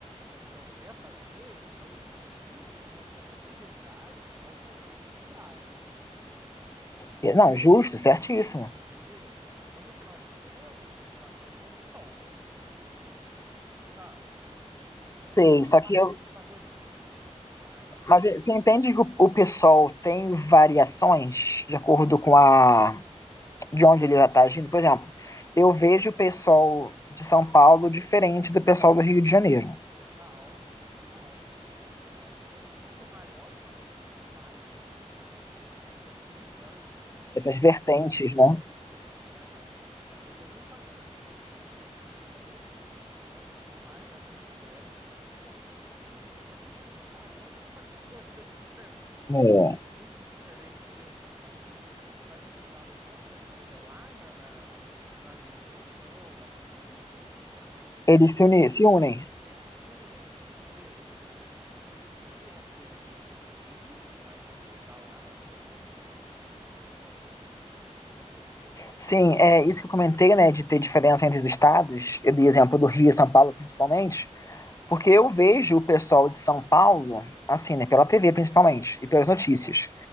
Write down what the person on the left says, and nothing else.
É, Não, justo, certíssimo.
Sei,
só
que eu,
mas eh, você entende que o, o pessoal tem variações de acordo com a de onde ele está agindo? Por exemplo, eu vejo o pessoal de São Paulo diferente do pessoal do Rio de Janeiro.
Essas vertentes,
né?
É.
Eles se uni- se unem.
Sim, é isso que eu comentei, né, de ter diferença entre os estados, de exemplo do Rio e São Paulo, principalmente. Porque eu vejo o pessoal de São Paulo, assim, né, pela TV principalmente, e pelas notícias,